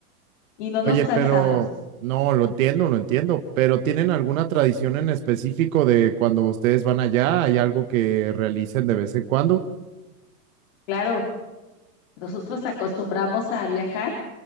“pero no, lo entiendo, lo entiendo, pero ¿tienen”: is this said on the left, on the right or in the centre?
Right